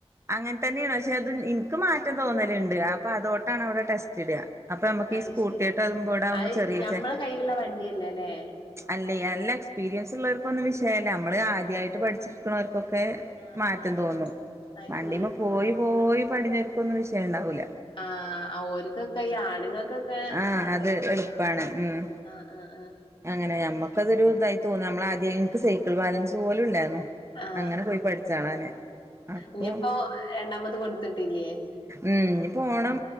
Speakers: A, on the right (about 25°); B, on the left (about 50°).
A: അങ്ങനെ തന്നെയാണ് പക്ഷെ അത് ഇൻക്ക് മാറ്റം തോന്നലുണ്ട് അപ്പൊ അതോണ്ടാണ് അവിടെ ടെസ്റ്റിടാ അപ്പൊ നമ്മക്ക്
B: അത്
A: ഈ സ്കൂട്ടിട്ട്
B: ശരി
A: അതുമ്പാടെ ആവുമ്പോ
B: അത്
A: ചെറിയ
B: ഞമ്മളെ
A: ചെ
B: കയ്യിലുള്ള വണ്ടിയല്ലേ അല്ലേ
A: അല്ലേ നല്ല എക്സ്പീരിയൻസ് ഇള്ളവർക്കൊന്നും വിഷയല്ല നമ്മള് ആദ്യായിട്ട് പഠിച്ചിരിക്കുണോർക്കൊക്കെ
B: ആ
A: മാറ്റം
B: ആ ആ
A: തോന്നും
B: അത്
A: വണ്ടീമ്മെ
B: ശരി
A: പോയി പോയി പടിഞ്ഞവർക്കൊന്നും വിഷയണ്ടാവൂല
B: ആഹ് ഓര്ക്കൊക്കെ ഈ ആണുങ്ങക്കൊക്കെ
A: ആഹ് അത്
B: പറ്റും
A: എളുപ്പാണ് ഉം
B: ആഹ് ആഹ് ആഹ്
A: അങ്ങനെ നമ്മക്കതൊരു ഇതായി തോന്നെ നമ്മളാ ആദ്യം എനിക്ക് സൈക്കിൾ ബാലൻസ് പോലും ഇല്ലായിരുന്നു
B: ആ
A: അങ്ങനെ പോയി പഠിച്ചാളാ ഞാൻ അപ്പൊ
B: ഇനിയിപ്പോ രണ്ടാമത് കൊടുത്തിട്ടില്ലേ
A: ഉം ഇഞ്ഞി പോണം